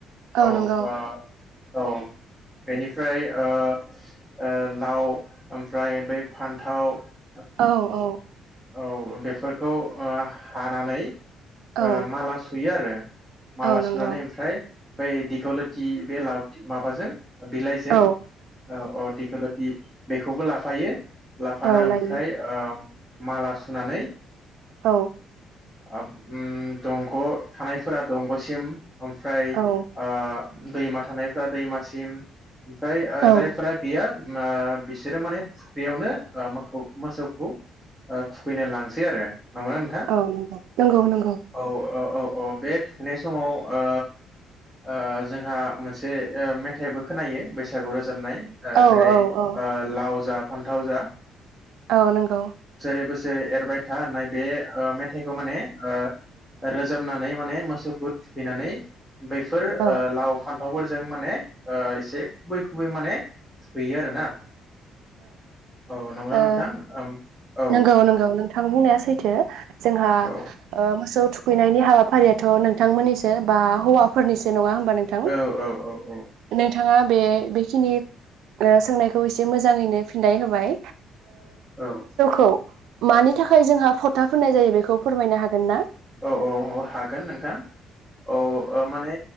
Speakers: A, in the centre; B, on the right.
A: औ
B: ओउ नंगौ।
A: ओ औ बेनिफ्राय ओ ओ लाव ओमफ्राय बै फान्थाव
B: औ औ
A: ओउ बेफोरखौ ओ हानानै ओ
B: औ
A: माला सुयो आरो माला
B: औ नंगौ
A: सुनानै ओमफ्राय बैदिखौ लोति बे लावथि माबाजों बिलाइजों
B: औ
A: औ औ दैखोल इ बेखौबो लाफायो लाफाना
B: औ लायो
A: ओमफ्राय ओ माला सुनानै
B: औ
A: आप ओम दंग' थानायफोरा दंग'सिम ओमफ्राय
B: औ
A: ओ दैमा थानाय फोरा दैमासिम ओमफ्राय ओ
B: औ
A: जायफोरा गैया ओ बिसोरो माने फुख्रियावनो ओ मोखौ मोसौखौ ओ थुखैनो लांसै आरो नंगौना नोंथा
B: औ नंगौ नंगौ नंगौ
A: औ औ औ औ बे फुनाय समाव ओ ओ जोंहा मोनसे ओ मेथाइबो खोनायो बैस औ रोजाबनाय
B: औ
A: जेरै
B: औ औ
A: ओ लावजाब फन्थाव जा
B: औ नंगौ
A: बोसो एरबाय था होननाय बे ओ मेथाइखौ माने ओ रोजाबनानै माने मोसौखौ थुखैनानै बैफोर ओ
B: औ
A: लाव फान फथावफोरजों माने एसे खुबै खुबै माने हैयो आरो ना औ नंगौना
B: ओ
A: नोंथां ओम औ
B: नंगौ नंगौ नोंथा आं बुंनाया सैथो जोंहा
A: औ
B: ओ मोसौ थु खैनायनि हाबाफारियाथ नोंथांमोननिसो बा हौवाफोरनिसो नङा नोंथां
A: औ औ औ औ
B: नोंथाङा बे बेखिनि ओ सोंनायखौ एसे मोजाङैनो फिननाय होबाय
A: औ
B: औ मानि थाखाय जोंहा फथा फोननाय जायो बेखौ फोरमायनो हागोन ना
A: औ औ हागोन नोंथां औ ओ माने